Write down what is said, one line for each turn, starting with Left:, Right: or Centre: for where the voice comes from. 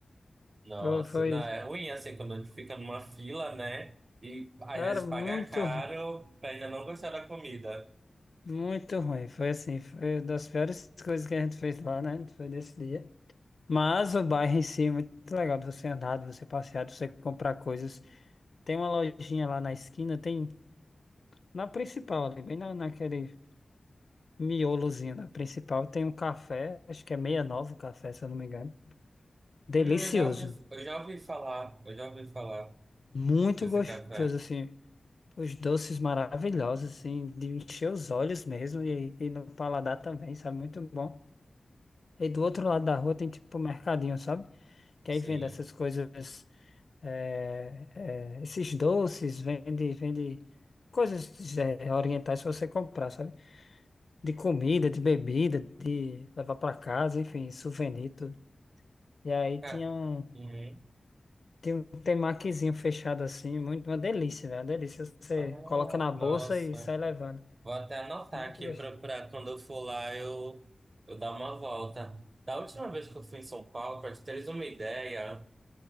Right: Nossa,
Left: Foi, foi,
Right: não, é ruim assim quando a gente fica numa fila, né? E às
Left: cara,
Right: vezes
Left: muito.
Right: paga caro pra ainda não gostar da comida.
Left: Muito ruim, foi assim, foi uma das piores coisas que a gente fez lá, né? Foi nesse dia. Mas o bairro em si é muito legal de você andar, de você passear, de você comprar coisas. Tem uma lojinha lá na esquina, tem na principal ali, bem na, naquele miolozinho na principal, tem um café, acho que é 69 o café, se eu não me engano. Delicioso,
Right: Hum, eu já ouvi, eu já ouvi falar, eu já ouvi falar
Left: muito
Right: desse
Left: gostoso,
Right: café.
Left: assim. Os doces maravilhosos, assim, de encher os olhos mesmo e, e no paladar também, sabe? Muito bom. E do outro lado da rua tem tipo um mercadinho, sabe? que
Right: Sim.
Left: aí vende essas coisas, é, é, esses doces, vende, vende coisas, é, orientais para você comprar, sabe? De comida, de bebida, de levar para casa, enfim, souvenir, tudo. E aí
Right: Ca-
Left: tinha um,
Right: Uhum.
Left: tinha um temakizinho fechado assim, muito, uma delícia, velho, uma delícia. Você
Right: Ah,
Left: coloca na bolsa
Right: nossa.
Left: e sai levando.
Right: Vou até anotar
Left: Muito
Right: aqui
Left: gostoso.
Right: pra, pra quando eu for lá eu, eu dar uma volta. Da última vez que eu fui em São Paulo, pra te teres uma ideia,